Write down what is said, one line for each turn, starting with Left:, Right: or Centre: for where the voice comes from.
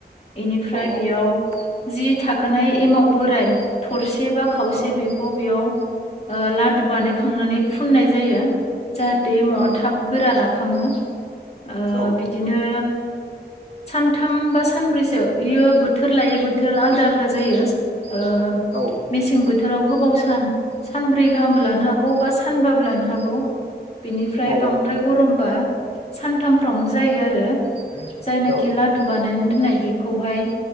Left: एनिफ्राय
Right: औ
Left: बेयाव
Right: औ
Left: जि थाखानाय एमाव बोराय थरसे बा खावसे
Right: औ
Left: बे खौ बेयाव ओ लादु बानायखांनानै फुननाय जायो जाहाथे एमावा
Right: औ
Left: थाब गोरा राखाङो ओ
Right: औ
Left: बिदिनो सानथाम बा सानब्रैसो इयो बोथोर लायै बोथोर आलदा आलदा जायो ओ
Right: औ।
Left: मेसें बोथोराव गोबाव सान सानब्रै गाहामबो लानो हागौ बा सानबाबो लानो हागौ बिनिफ्राय
Right: औ औ
Left: बांद्राय गरमबा सानथामफ्रावनो जायो आरो जायनाखि
Right: औ
Left: लादु बानायनानै दोननाय बेखौहाय